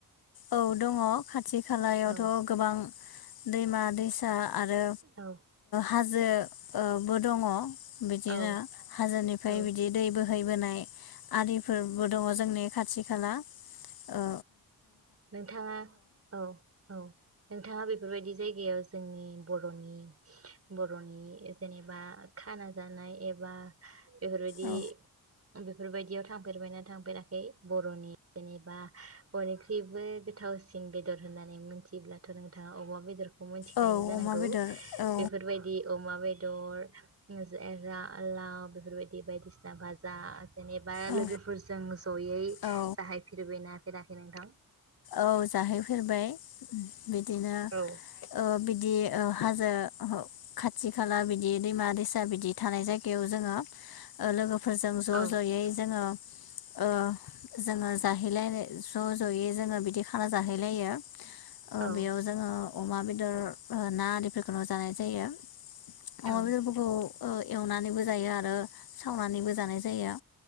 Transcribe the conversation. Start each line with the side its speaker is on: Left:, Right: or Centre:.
Left: औ दङ खा खाथि खालायावथ'
Right: औ
Left: गोबां दैमा दैसा आरो
Right: औ
Left: हाजो बो दङ बिदिनो
Right: औ
Left: हाजोनिफ्राय
Right: औ
Left: बिदि दै बोहै बोहैबोनाय आरिफोरबो दङ जोंनि खाथि खाला औ
Right: नोंथाङा औ औ नोंथाङा बेफोरबायदि जायगायाव जोंनि बर'नि बर'नि जेनेबा खाना जानाय एबा बेफोरबायदि
Left: औ
Right: बेफोरबायदियाव थांफेरबायना थांफेराखै बर'नि जेनेबा थेबो गोथावसिन बेदर होननानै मिथिब्लाथ' नोंथाङा अमा बेदर मिथिखायो
Left: औ
Right: जानांगौ
Left: अमा बेदर औ
Right: बेफोरबायदि अमा बायदि बेदर जा लाव बेफोरबायदि बायदिसिना भाजा जेनेबा
Left: औ
Right: लोगोफोरजों जयै
Left: औ
Right: जाहायफेरबायना खोनाखै नोंथां
Left: औ जाहैफेरबाय बिदिनो
Right: औ
Left: ओ बिदि हाजो खाथि खाला बिदि दैमा दैसा बिदि थानाय जायगायाव जोङो अ लोगो फोरजों ज'
Right: औ
Left: ज'यै जोङो ओ जोङो जाहैलायनाय ज' ज'यै जोङो बिदि खाना जाहैलायो
Right: औ
Left: बेयाव जोङो अमा बेदर ना आरिफोरखौल' जानाय जायो अमा
Right: औ
Left: बेदरफोरखौ एवनानैबो जायो आरो सावनानैबो जानाय जायो